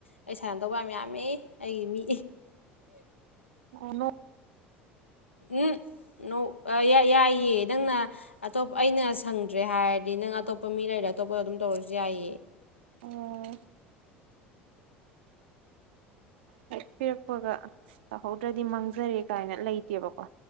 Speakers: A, on the left (about 85°); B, on the right (about 65°).
A: ꯑꯩ ꯁꯥꯟꯅꯗꯧꯕ ꯌꯥꯝ ꯌꯥꯝꯃꯤ ꯑꯩꯒꯤ ꯃꯤ
B: ꯑꯩꯅꯣ
A: ꯎꯝ ꯅꯧ ꯌꯥ ꯌꯥꯏꯌꯦ ꯅꯪꯅ ꯑꯇꯣꯞ ꯑꯩꯅ ꯁꯪꯗ꯭ꯔꯦ ꯍꯥꯏꯔꯗꯤ ꯅꯪ ꯑꯇꯣꯞꯄ ꯃꯤ ꯂꯩꯔ ꯑꯇꯣꯞꯄꯗ ꯑꯗꯨꯝ ꯇꯧꯔꯁꯨ ꯌꯥꯏꯌꯦ
B: ꯑꯣ ꯍ ꯄꯤꯔꯛꯄꯒ ꯇꯧꯍꯧꯗ꯭ꯔꯗꯤ ꯃꯥꯡꯖꯔꯦ ꯀꯥꯏꯅ ꯂꯩꯇꯦꯕꯀꯣ